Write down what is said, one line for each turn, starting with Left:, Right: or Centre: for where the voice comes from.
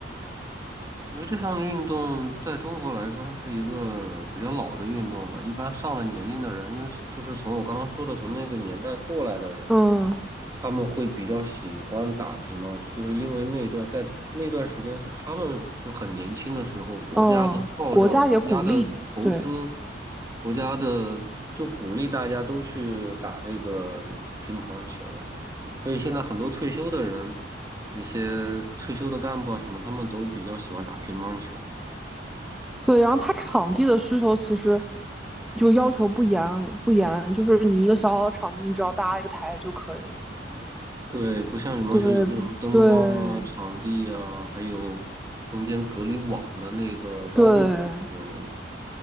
Right: 因为这项运动在中国来说，它是一个比较老的运动了。一般上了年龄的人，因为从就是从我刚刚说的从那个年代过来的人，
Centre: 嗯
Right: 他们会比较喜欢打乒乓球，就是因为那段在那段时间是他们是很年轻的时候，国家的号召、
Centre: 嗯，国家也鼓励，
Right: 国家的投资、
Centre: 对。
Right: 国家的就鼓励大家都去打这个乒乓球。所以现在很多退休的人，那些退休的干部啊什么，他们都比较喜欢打乒乓球。
Centre: 对，然后它场地的需求其实就要求不严不严，就是你一个小小的场地，你只要搭一个台就可以了。
Right: 对，不像羽毛球有这种灯光啊、
Centre: 对不对
Right: 场地啊，还有中间隔离网的那个高度的有。
Centre: 对